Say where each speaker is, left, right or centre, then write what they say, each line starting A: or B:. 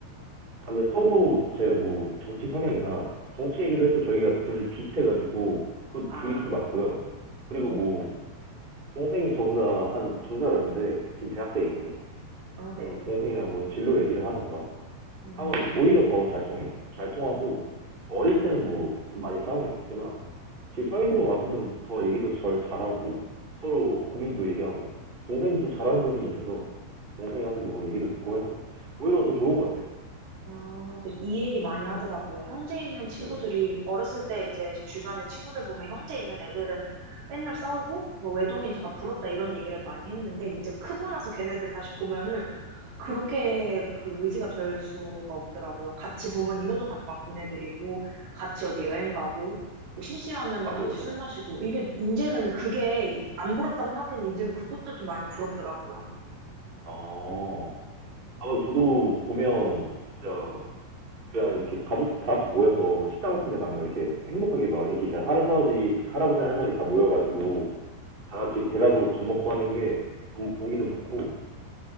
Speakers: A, on the right; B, on the right.
A: 아, 근데 서로 제 뭐 정치 성향이나 정치 얘기도
B: 음,
A: 해도 저희가 둘이 비슷해가지고 그
B: 아,
A: 주기 좀 맞고요. 그리고
B: 음,
A: 뭐 동생이 저보다 한 두 살 어린데 지금 대학생이거든요.
B: 어,
A: 그래서
B: 네.
A: 뭐 동생이랑 뭐 진로 얘기를 하던가
B: 음,
A: 하면 오히려 더 잘 통해요. 잘 통하고 어릴
B: 음.
A: 때는 뭐 좀 많이 싸우긴 했지만 지금 성인들 와서는 더 얘기도 절 잘하고 서로 고민도 얘기하고 동생도 또 잘하는 부분이 있어서 동생한테도 뭐 얘기도 듣고 해서 오히려 더 좋은 것 같아요.
B: 아, 근데 이 얘기 많이 하더라고요. 형제 있는 친구들이
A: 네,
B: 어렸을 때 이제 제 주변에 친구들 보면 형제 있는 애들은 맨날 싸우고 뭐 외동인 제가 부럽다 이런 얘기를 많이 했는데 이제 크고 나서 걔네들 다시 보면은 그렇게 그 의지가 될 수가 없더라고요. 같이 부모님 효도 관광 보내드리고 같이 어디
A: 네,
B: 여행 가고 뭐 심심하면은
A: 맞아요,
B: 같이 술
A: 맞아요.
B: 마시고 이게 이제는 그게 안 부럽다고 생각했는데 이제는 그것들도 많이 부럽더라고요.
A: 어, 아마 저도 보면 진짜 그냥 이렇게 가족 다 같이 모여서 식당 같은 데 가면 이렇게 행복하게 막 이렇게 잘 할아버지, 할아버지, 할머니 다 모여가지고 다 같이 대가족으로 밥 먹고 하는 게 너무 보기도 좋고